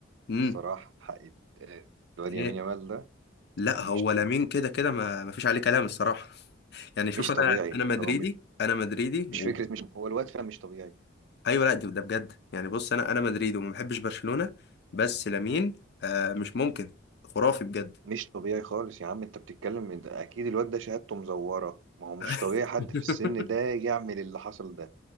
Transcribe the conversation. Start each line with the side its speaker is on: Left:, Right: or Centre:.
Left: امم
Right: الصراحه حق يت- الواد
Left: ايه
Right: يمين يامال ده
Left: لا هو
Right: مش طبيعي
Left: لامين كده كده ما... ما فيش عليه كلام الصراحه <laughs> يعني شوف
Right: مش
Left: انا
Right: طبيعي
Left: انا مدريدي
Right: هو م-
Left: انا مدريدي
Right: مش
Left: و...
Right: فكره مش هو الواد فعلا مش طبيعي
Left: ايوه لا ده ده بجد يعني بص انا انا مدريدي وما بحبش برشلونه بس لامين آه مش ممكن خرافي بجد
Right: مش طبيعي خالص يا عم انت بتتكلم ده اكيد الواد ده شهادته مزوره ما هو مش
Left: <laughs>
Right: طبيعي حد في السن ده يعمل اللي حصل ده